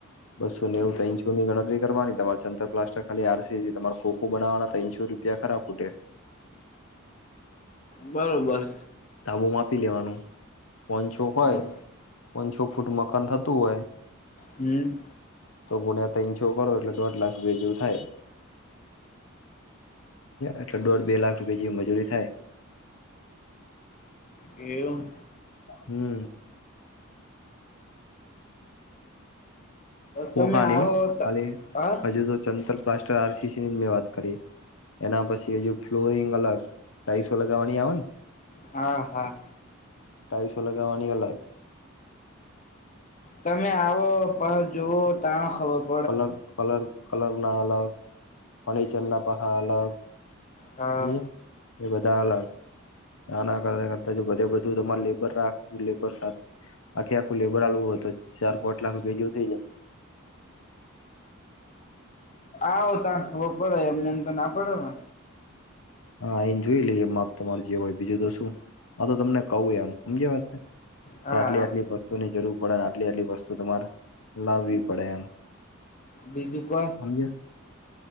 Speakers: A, on the left; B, on the left.
A: બસો નેવું તો ઈંસો ની ગણતરી કરવાની તમારે. ચનતર પ્લાસ્ટર ખાલી આરસી તમારે ખોખો બનાવાના તોસો રૂપિયા ખરાબ ઉઠે.
B: બરોબર.
A: ધાબુ માપી લેવાનું, પોં છોક હોય,
B: હા
A: પોન છો ફૂટ મકાન થતું હોય
B: હમ્મ.
A: સો ગુના ત્રણસો કરો એટલે દોઢ લાખ રૂપે જેવું થાય. એટલે દોઢ બે લાખ રૂપિયા જેવી મજૂરી થાય.
B: એમ?
A: હમ્મ. ખોખાની
B: તમે આવો
A: હો ખાલી
B: હા
A: હજુ તો ચનતર, પ્લાસ્ટર, આર સી સી ની મેં વાત કરી. એના પછી હજુ ફ્લોરિંગ અલગ, ટાઈલ્સો લગાવવાની આવે ને?
B: હા હા.
A: ટાઈસો લગવાની અલગ.
B: તમે આવો પણ જોવો તા ખબ
A: કલર, કલર, કલર ના અલગ ફણીચર ના પાહા અલગ.
B: હા
A: <unintelligible> એ બધા અલગ નાના કરતા કર બધે બધું તમારે લેબર રાખું લેબર સાથ. આખી આખું લેબર આલવું હોય તો ચાર પાટ લાખપેજું થઈ જાય.
B: આવ તા ખબર પડે એમને એમ તો ના પડે ને.
A: હા, એન જોઈ લઈએ માપ તમારે જે હોય બીજું તો શું આ તો તમને કહું આમ, સમજા વાત?
B: હા
A: કે આટલી આટલી વસ્તુની જરૂર પડે આટલી આટલી વસ્તુ તમારે લાવવી પડે એમ
B: બીજું ક
A: સમજ